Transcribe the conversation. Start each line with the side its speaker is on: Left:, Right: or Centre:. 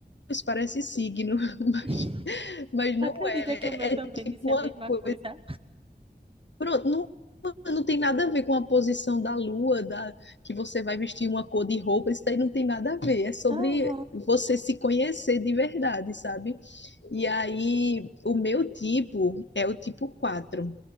Left: isso parece signo, <laughs> mas,
Right: <laughs>
Left: mas não
Right: Tu Acredita
Left: é.
Right: que o meu também
Left: É tipo
Right: disse a mesma
Left: uma coisa
Right: coisa?
Left: Pronto, não, não tem nada a ver com a posição da lua, da, que você vai vestir uma cor de roupa, isso daí não tem nada a ver. É sobre
Right: Aham.
Left: você se conhecer de verdade, sabe? E aí, o meu tipo é o tipo quatro